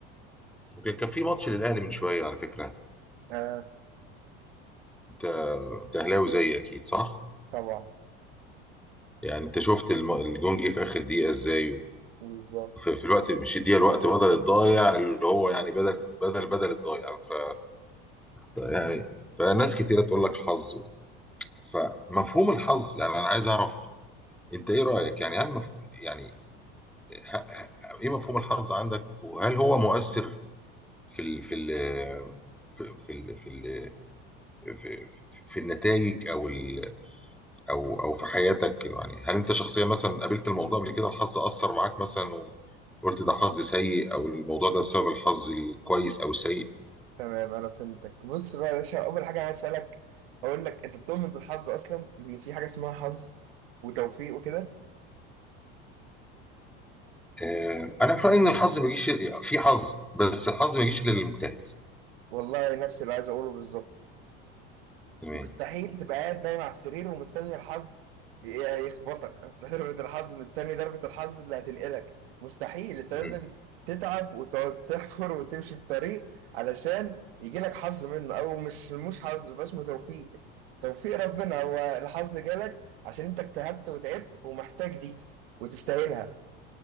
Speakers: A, in the centre; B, on the right (about 80°).
A: كان كان في ماتش للاهلي من شويه على فكره
B: آه
A: انت انت اهلاوي زيي اكيد صح
B: طبعا
A: يعني انت شفت الم- الجون جه في اخر دقيقه ازاي
B: بالظبط
A: في, في الوقت مش الدقيقه الوقت بدل الضايع اللي هو يعني بدل بدل بدل الضايع ف يعني فناس كتيره تقول لك حظ فمفهوم الحظ يعني انا عايز اعرف انت ايه رايك يعني هل مف... يعني ه... ه... ايه مفهوم الحظ عندك وهل هو مؤثر في ال... في ال... في في ال... في ال... في, في النتائج او ال... او او في حياتك يعني هل انت شخصيا مثلا قابلت الموضوع قبل كده الحظ اثر معاك مثلا وقلت ده حظ سيء او الموضوع ده بسبب الحظ الكويس او السيء
B: تمام انا فهمتك بص بقى يا باشا اول حاجه عايز اسالك اقول لك انت بتؤمن بالحظ اصلا ان في حاجه اسمها حظ وتوفيق وكده
A: آه... انا في رايي ان الحظ ما بيجيش في حظ بس الحظ ما بيجيش الا للمجتهد
B: والله نفس اللي عايز اقوله بالظبط
A: تمام
B: مستحيل تبقى قاعد نايم على السرير ومستني الحظ ي- يخبطك <laughs> ضربة الحظ مستني ضربة الحظ اللي هتنقلك مستحيل انت
A: مم.
B: لازم تتعب وتقعد تحفر وتمشي في طريق علشان يجيلك حظ منه او مش مش حظ بس اسمه توفيق توفيق ربنا هو الحظ جالك عشان انت اجتهدت وتعبت ومحتاج دي وتستاهلها